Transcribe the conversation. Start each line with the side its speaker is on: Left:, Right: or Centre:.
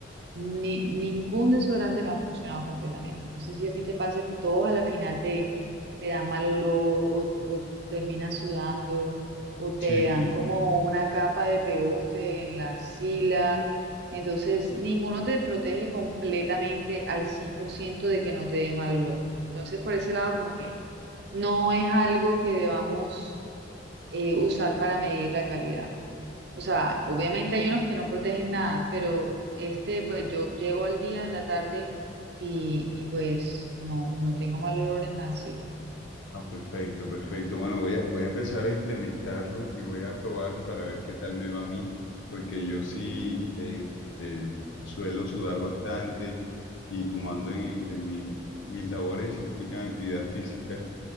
Right: ni, ningún desodorante me ha funcionado completamente. No sé si a ti te pasa que todos a la final te, te dan mal olor o, o terminas sudando o te
Left: Sí, sí.
Right: dan como una capa de pegoste en la sila. Entonces, ninguno te protege completamente al 100% de que no te dé mal olor. Entonces, por ese lado, como que no es algo que debamos eh, usar para medir la calidad. O sea, obviamente hay unos que no protegen nada, pero este, pues yo llego al día en la tarde y, y pues no, no tengo mal olor en la axila.
Left: Ah, perfecto, perfecto. Bueno, voy a, voy a empezar a implementarlo y voy a probarlo para ver qué tal me va a mí, porque yo sí eh, eh, suelo sudar bastante y como ando en, en mi- mis labores implican actividad física,